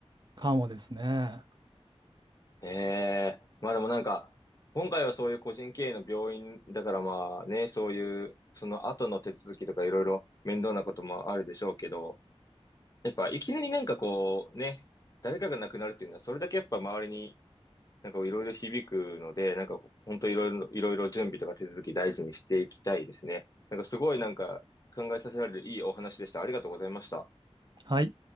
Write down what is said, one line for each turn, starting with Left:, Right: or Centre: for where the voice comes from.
Right: かもですね。
Left: ええ、まあでもなんか、今回はそういう個人経営の病院だからまあね、そういう、その後の手続きとかいろいろ面倒なこともあるでしょうけど、やっぱいきなりなんかこうね、誰かが亡くなるっていうのはそれだけやっぱ周りになんかいろいろ響くので、なんか本当いろいろ、いろいろ準備とか手続き大事にしていきたいですね。なんかすごいなんか考えさせられるいいお話でした。ありがとうございました。
Right: はい。